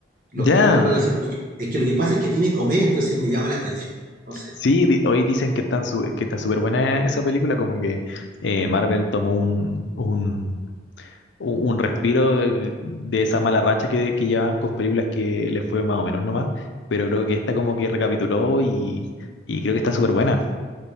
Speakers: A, on the right (about 50°); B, on the left (about 75°).
A: Los
B: Ya,
A: Thunder Boy, voy a decir, "Oye, es que lo que pasa es que tiene comedia, entonces me llama la atención. No sé.
B: sí, di- hoy dicen que, están su- que está súper buena esa película, como que eh, Marvel tomó un, un, un- un respiro de, de esa mala racha que, que llevaban con películas que les fue más o menos nomás, pero creo que esta como que recapituló y, y creo que está súper buena.